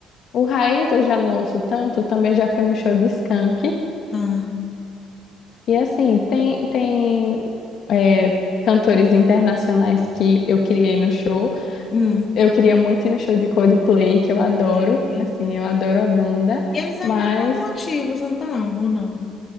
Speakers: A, on the left; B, on the left.
A: o Raiz eu já não ouço tanto, também já fui no show de Skank.
B: Ah,
A: E assim, tem, tem é, cantores internacionais que eu queria ir no show.
B: hum.
A: Eu queria muito ir no show de Coldplay, que eu adoro.
B: E
A: Assim, eu adoro a banda.
B: Eles ainda
A: Mas
B: estão ativos, não estão, ou não?